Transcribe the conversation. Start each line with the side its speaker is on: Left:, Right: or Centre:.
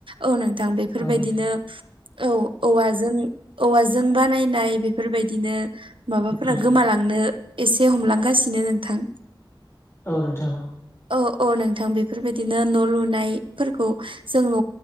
Right: औ नों थां। बेफोरबायदिनो
Left: औ नोंथां
Right: औ औवाजों औवाजों बानायनाय बे फोरबायदिनो माबाफोरा
Left: औ
Right: गोमालांनो एसे हमलांगासिनो नोंथां
Left: औ नोंथा औ।
Right: अ अ नोंथां बेफोरबायदिनो न' लुनायफोरखौ जों न'